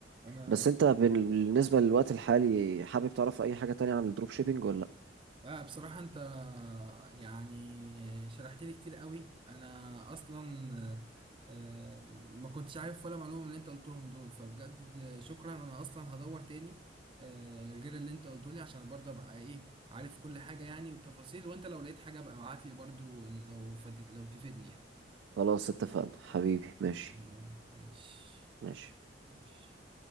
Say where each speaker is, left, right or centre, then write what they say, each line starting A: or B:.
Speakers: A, on the right; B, on the right.
A: انا
B: بس انت بال- بالنسبة للوقت الحالي حابب تعرف اي حاجة تانية عن الدروب شيبينج ولا لا
A: آه بصراحة أنت يعني شرحت لي كتير قوي أنا أصلا آه، آه، ما كنتش عارف ولا معلومة من اللي أنت قلتهم دول فبجد شكرا أنا أصلا هدور تاني آه، غير اللي أنت قلته لي عشان برضه أبقى إيه عارف كل حاجة يعني وبتفاصيل وأنت لو لقيت حاجة بقى ابعت لي برضه إن- لو فدت لو تفيدني يعني
B: خلاص اتفقنا حبيبي ماشي
A: تمام ماشي
B: ماشي
A: ماشي